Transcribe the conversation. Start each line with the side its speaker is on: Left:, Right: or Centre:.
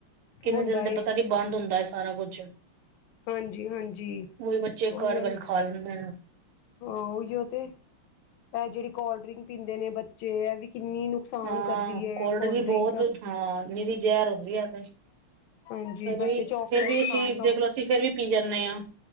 Right: ਕਿੰਨੇ
Left: ਹੁੰਦਾ
Right: ਦਿਨ
Left: ਏ
Right: ਤੇ ਪਤਾ ਨੀ ਬੰਦ ਹੁੰਦਾ ਐ ਸਾਰਾ ਕੁਝ।
Left: ਹਾਂਜੀ-ਹਾਂਜੀ,
Right: ਬੱਚੇ
Left: ਓਇਓ
Right: ਕਰ ਕਰ
Left: ਨਾ,
Right: ਖਾ ਲੈਂਦੇ ਨੇ
Left: ਓਇਓ ਤੇ। ਐ ਜੇੜੀ ਕੋਲਡ ਡਰਿੰਕ ਪੀਂਦੇ ਨੇ ਬੱਚੇ ਐ ਵੀ ਕਿੰਨੀ ਨੁਕਸਾਨ
Right: ਹਾਂ
Left: ਕਰਦੀ ਏ ਕੋਲਡ
Right: ਵੀ
Left: ਡਰਿੰਕ।
Right: ਬਹੁਤ ਹਾਂ ਨੀਰੀ ਜੈਰ ਹੁੰਦੀ ਐ ਤੇ ਫਿਰ
Left: ਹਾਂਜੀ ਬੱਚੇ
Right: ਵੀ,
Left: ਚੋਕਲੇਟ
Right: ਫੇਰ ਵੀ ਅਸੀਂ
Left: ਖਾਣ
Right: ਦੇਖਲੋ ਅਸੀਂ ਫੇਰ ਵੀ ਪੀ ਜਾਂਨੇ ਆਂ।